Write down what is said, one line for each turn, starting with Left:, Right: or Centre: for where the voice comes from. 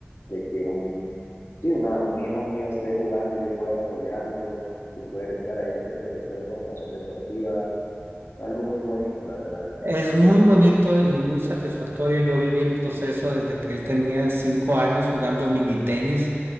Left: de que un, sí, una- un hijo mío esté jugando y yo poder apoyarlo, yo poder estar ahí en ese proceso de formación deportiva. Es algo muy bonito, la verdad.
Right: Es muy bonito y muy satisfactorio. Yo viví el proceso desde que él tenía cinco años jugando mini tenis